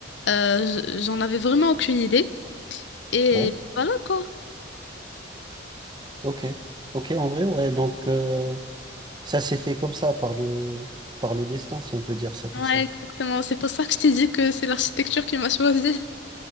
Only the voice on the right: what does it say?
Ouais.
Ok. Ok, en vrai, ouais. Donc, euh, Ça s'est fait comme ça, par le, par le destin, si on peut dire ça comme
ça.